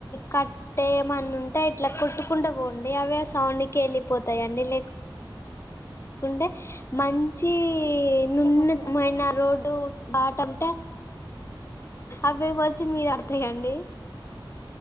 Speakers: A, on the left; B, on the left.
A: కట్టే ఏమన్నుంటే ఇట్లా కొట్టుకుంటాబోం. డి అవే సౌండుకెళ్ళిపోతయండి లేక్. కుంటే మంచి నూన్నత్మైన
B: అంటే పోతాయా అండి
A: రోడ్డు. బాటంతా, అవే వచ్చి మీదా అడ్తయండి.